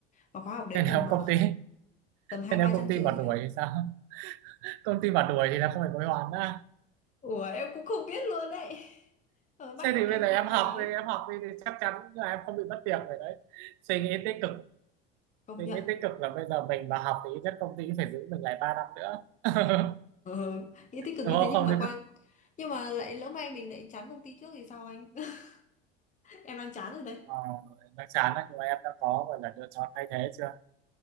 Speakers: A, on the left (about 25°); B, on the right (about 65°).
A: và khóa học đấy
B: thế <laughs> nếu
A: tầm ờ,
B: công ty
A: tầm hai
B: thế nếu
A: ba
B: công
A: trăm
B: ty
A: triệu
B: mà
A: gì
B: đuổi
A: đấy
B: thì sao <laughs> công ty mà đuổi thì là không phải hối hoãn nữa
A: ủa em cũng không biết luôn đấy rồi bắt
B: thế
A: em
B: thì
A: bọn
B: bây
A: em
B: giờ
A: đi
B: em
A: học
B: học
A: cái đấy
B: đi em học đi thì chắc chắn là em không bị mất việc rồi đấy suy nghĩ tích
A: Ừ.
B: cực
A: công
B: suy
A: nhận
B: nghĩ tích cực là bây giờ mình mà học thì ít nhất công ty cũng phải giữ mình lại 3 năm nữa <laughs>
A: ừ. nghĩ tích cực
B: đúng
A: như
B: không
A: thế nhưng
B: không
A: mà
B: đấy
A: qua nhưng mà lại lỡ may mình lại chán công ty trước thì sao anh <laughs> em đang chán rồi đây
B: ờ, nó chán đấy nhưng mà em đã có gọi là lựa chọn thay thế chưa